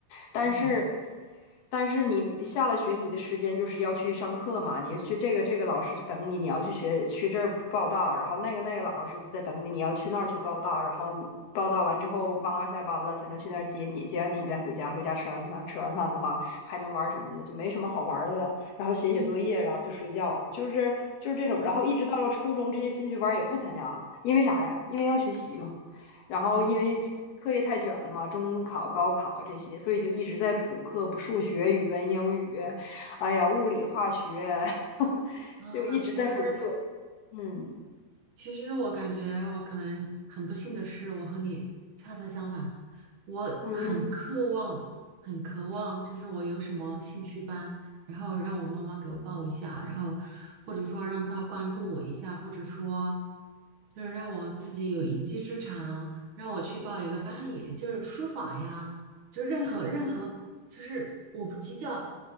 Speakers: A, on the left; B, on the right.
A: 但是
B: 嗯
A: 但是你下了学，你的时间就是要去上课嘛，你去这个这个老师等你，你要去学去这儿报到，然后那个那个老师在等你，你要去那儿去报到，然后报到完之后，妈妈下班了才能去那儿接你，接完你你再回家，回家吃完饭，吃完饭的话还能玩什么呢？就没什么好玩的了，然后写写作业，
B: 嗯，
A: 然后就睡觉了，就是就是这种，然后一直到了初中，这些兴趣班也不参加了，因为啥呀？因为要学习嘛。然后因为课业太卷了嘛，
B: 哇
A: 中考、高考这些，所以就一直在补课，补数学、语文、英语，哎呀，物理、化学，<laughs>
B: 啊，
A: 就一直在补课。
B: 其实。
A: 嗯
B: 其实我感觉我可能很不幸的是，我和你恰恰相反，我很渴望，
A: 嗯，
B: 很渴望，就是我有什么兴趣班，然后让我妈妈给我报一下，然后或者说让她关注我一下，或者说就是让我自己有一技之长，让我去报一个班，也就是书法呀，就是任何任何就是我不计较